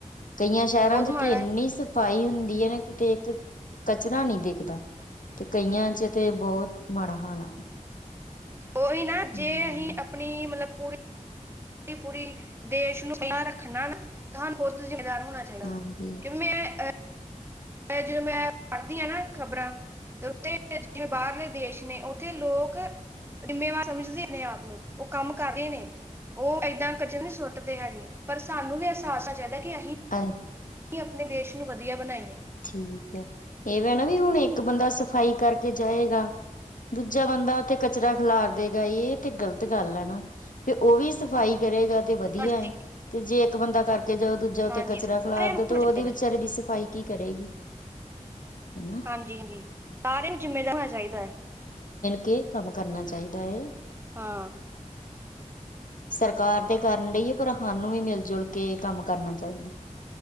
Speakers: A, on the left (about 85°); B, on the right (about 20°).
A: ਕਈਆਂ ਸ਼ਹਿਰਾਂ
B: ਬਹੁਤ
A: ਚ
B: ਮਾੜਾ
A: ਤੇ ਇੰਨੀ
B: ਹੈ
A: ਸਫਾਈ ਹੁੰਦੀ ਹੈ ਨਾ ਕਿਤੇ ਇੱਕ ਕਚਰਾ ਨਹੀਂ ਦੇਖਦਾ ਤੇ ਕਈਆਂ ਚ ਤੇ ਬਹੁਤ ਮਾੜਾ ਹਾਲ ਆ
B: ਉਓਹੀ ਨਾ ਜੇ
A: ਹੂੰ
B: ਅਹੀਂ ਆਪਣੀ ਮਤਲਬ ਪੂਰੀ ਪੂਰੀ ਦੇਸ਼ ਨੂੰ ਸੋਣਾ ਰੱਖਣਾ ਨਾ ਤੁਹਾਨੂੰ ਖੁਦ ਜਿੰਮੇਦਾਰ ਹੋਣਾ ਚਾਹੀਦਾ
A: ਹਾਂਜੀ।
B: ਵਾ ਕਿ ਮੈਂ ਜਿਵੇਂ ਮੈਂ ਐ ਪੜ੍ਹਦੀ ਹਾਂ ਨਾ ਖ਼ਬਰਾਂ ਤੇ ਉੱਥੇ ਜਿਵੇਂ ਬਾਹਰਲੇ ਦੇਸ਼ ਨੇ ਉੱਥੇ ਲੋਕ ਜਿੰਮੇਵਾਰ ਸਮਝਦੇ ਨੇ ਆਪ ਨੂੰ ਉਹ ਕੰਮ ਕਰਦੇ ਨੇ ਉਹ ਏਦਾਂ ਕਚਰਾ ਨਹੀਂ ਸੁੱਟਦੇ ਹੈਗੇ ਪਰ ਸਾਨੂੰ ਵੀ ਅਹਿਸਾਸ ਹੋਨਾ ਚਾਹੀਦਾ ਕਿ
A: <inaudible>
B: ਕਿ ਆਪਣੇ ਦੇਸ਼ ਨੂੰ ਵਧੀਆ ਬਣਾਈਏ
A: ਠੀਕ ਹੈ ਇਹਵੇ ਨਾ ਵੀ ਹੁਣ ਇੱਕ ਬੰਦਾ ਸਫ਼ਾਈ ਕਰਕੇ ਜਾਏਗਾ ਦੂਜਾ ਬੰਦਾ ਉੱਥੇ ਕਚਰਾ ਖਿਲਾਰ ਦੇਗਾ ਇਹ ਤੇ ਗ਼ਲਤ ਗੱਲ ਹੈ ਨਾ ਫਿਰ ਉਹ ਵੀ ਸਫ਼ਾਈ ਕਰੇਗਾ ਤੇ ਵਧੀਆ
B: ਹਾਂਜੀ
A: ਹੈ ਤੇ ਜੇ ਇੱਕ ਬੰਦਾ ਕਰਕੇ ਜਾਓ ਦੂਜਾ ਉੱਤੇ
B: ਹਾਂਜੀ
A: ਕਚਰਾ
B: ਸਾਰਿਆਂ
A: ਖਿਲਾਰਦੇ
B: ਨੂੰ
A: ਤੇ
B: ਹੋਣਾ
A: ਉਹਦੇ
B: ਚਾਹੀਦਾ
A: ਵਿਚਾਰੇ ਦੀ ਸਫ਼ਾਈ ਕਿ ਕਰੇਗੀ ਹਨਾ
B: ਹਾਂਜੀ ਹਾਂਜੀ ਸਾਰੀਆਂ ਨੂੰ ਜਿੰਮੇਦਾਰ ਹੋਣਾ ਚਾਹੀਦਾ ਹੈ
A: ਕੀ ਕੰਮ ਕਰਨਾ ਚਾਹੀਦਾ ਹੈ
B: ਹਾਂ
A: ਸਰਕਾਰ ਤੇ ਕਰਨ ਡਹੀ ਹੈ ਪਰ ਸਾਨੂੰ ਵੀ ਮਿਲ ਜੁਲ ਕੇ ਕੰਮ ਕਰਨਾ ਚਾਹੀਦਾ